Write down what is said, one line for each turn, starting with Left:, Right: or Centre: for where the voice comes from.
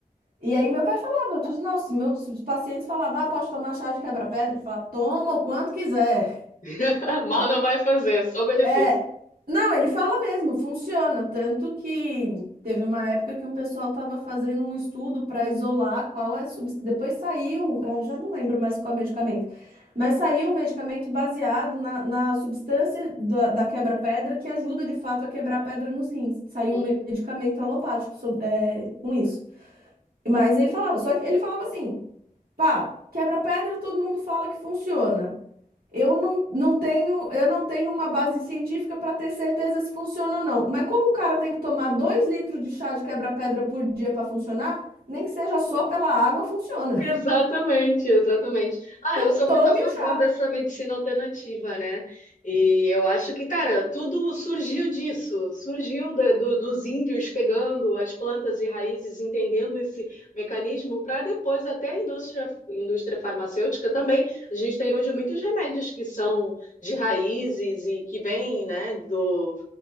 Right: E aí meu pai falava, eu disse, nossa, meus os pacientes falavam, ah, posso tomar chá de quebra-pedra? Ele falava, toma o quanto quiser.
Left: <laughs> Mal não vai fazer, é só benefício.
Right: É, não, ele fala mesmo, funciona. Tanto que teve uma época que um pessoal estava fazendo um estudo para isolar qual é a substância. Depois saiu, é, já não lembro mais qual é o medicamento, mas saiu um medicamento baseado na, na substância da, da quebra-pedra que ajuda de fato a quebrar a pedra nos rins. Saiu
Left: Hum.
Right: um medicamento alopático sob- é, com isso. Mas ele falava, só que ele falava assim. Pá, quebra-pedra todo mundo fala que funciona. Eu não, não tenho, eu não tenho uma base científica para ter certeza se funciona ou não. Mas como o cara tem que tomar dois litros de chá de quebra-pedra por dia para funcionar, nem que seja só pela água, funciona.
Left: Exatamente,
Right: <laughs>
Left: exatamente. Ah,
Right: Não
Left: eu sou
Right: tome
Left: muito a favor
Right: o chá
Left: dessa medicina alternativa, né? E eu acho que, cara, tudo surgiu disso, surgiu da- do- dos índios pegando as plantas e raízes, entendendo esse mecanismo, para depois até a indústria, indústria farmacêutica também. A gente tem hoje muitos remédios que são de raízes e que vêm, né, do,